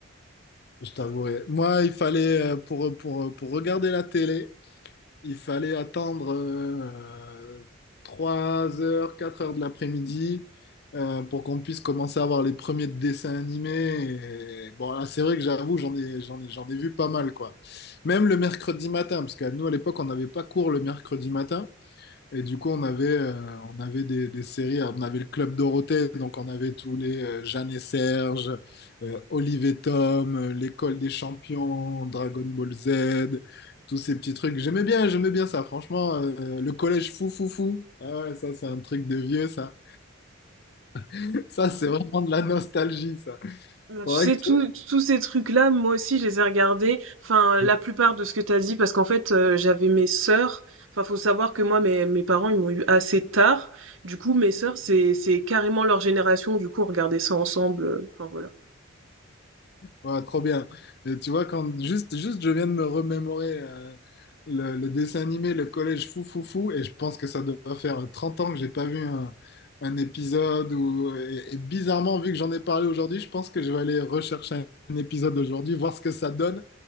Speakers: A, on the left (about 50°); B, on the right (about 75°).
A: je t'avouerai. Moi, il fallait, euh, pour, pour, pour regarder la télé, il fallait attendre euh, 3 heures, 4 heures de l'après-midi euh, pour qu'on puisse commencer à voir les premiers dessins animés. Et bon, là, c'est vrai que j'avoue, j'en ai, j'en ai, j'en ai vu pas mal, quoi. Même le mercredi matin, parce que nous, à l'époque, on n'avait pas cours le mercredi matin. Et du coup, on avait, euh, on avait des, des séries. Alors, on avait le Club Dorothée, donc on avait tous les euh, Jeanne et Serge, euh, Olive et Tom, euh, l'École des Champions, Dragon Ball Z, tous ces petits trucs. J'aimais bien, j'aimais bien ça, franchement. euh, le collège fou, fou, fou. Ah ouais, ça, c'est un truc de vieux, ça. <laughs> Ça, c'est vraiment de la nostalgie, ça.
B: Bah,
A: Faudrait
B: tu sais,
A: que
B: tous tous ces trucs-là, moi aussi, je les ai regardés. Enfin,
A: tu-
B: la plupart de ce que t'as dit, parce qu'en fait, euh, j'avais mes sœurs. Enfin, faut savoir que moi, mes, mes parents, ils m'ont eu assez tard. Du coup, mes sœurs, c'est, c'est carrément leur génération. Du coup, on regardait ça ensemble. euh, Enfin, voilà.
A: Ouais, trop bien. Et tu vois, quand juste, juste je viens de me remémorer euh, le, le dessin animé, le collège fou fou fou, et je pense que ça doit faire 30 ans que j'ai pas vu un, un épisode. Ou, et, et bizarrement, vu que j'en ai parlé aujourd'hui, je pense que je vais aller rechercher un épisode aujourd'hui, voir ce que ça donne,